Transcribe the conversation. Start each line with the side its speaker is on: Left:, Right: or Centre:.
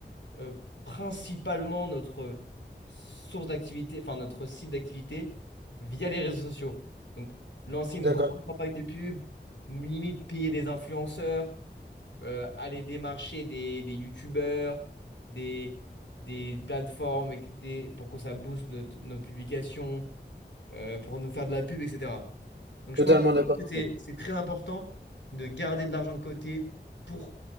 Left: euh, principalement notre source d'activité, enfin notre site d'activité via les réseaux sociaux. Donc, lancer
Right: je
Left: une
Right: suis d'accord,
Left: grande campagne de pub, limite payer des influenceurs, euh, aller démarcher des, des youtubeurs, des, des plateformes et que- des, pour que ça booste notre- nos publications, euh, pour nous faire de la pub, etc. Donc
Right: totalement
Left: je pense
Right: d'accord.
Left: que c'est
Right: avec toi.
Left: c'est très important de garder de l'argent de côté pour